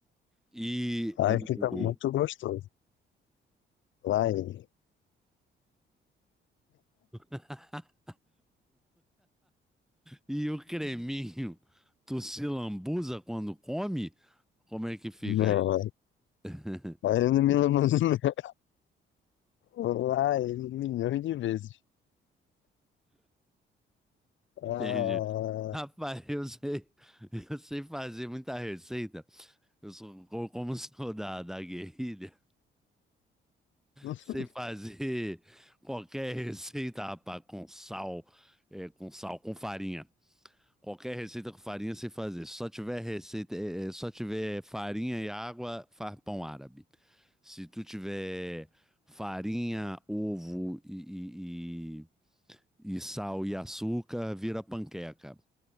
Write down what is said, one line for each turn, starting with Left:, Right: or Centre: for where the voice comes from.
Centre: E
Left: Aí
Centre: o,
Left: fica muito gostoso. Lá ele.
Centre: <laughs> e o creminho, tu se lambuza quando come? Como é que fica
Left: Não,
Centre: aí? <laughs>
Left: aí ele não me lembrou. não. <laughs> Lá ele milhões de vezes. Ah,
Centre: Entende? Rapaz, eu sei, eu sei fazer muita receita. Eu sou co- como sou da, da guerrilha.
Left: enfim,
Centre: Sei fazer qualquer receita, rapaz, com sal, é, com sal, com farinha. Qualquer receita com farinha sei fazer. Se só tiver receita, é, é, só tiver farinha e água, faz pão árabe. Se tu tiver farinha, ovo e, e, e- e sal e açúcar, vira panqueca.